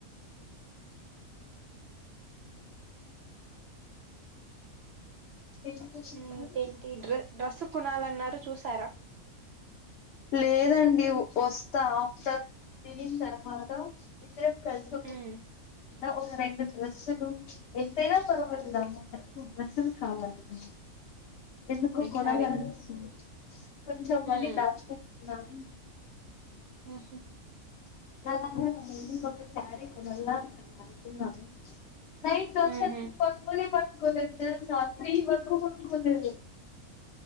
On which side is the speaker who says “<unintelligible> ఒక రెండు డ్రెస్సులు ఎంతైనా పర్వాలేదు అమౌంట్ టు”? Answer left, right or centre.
Left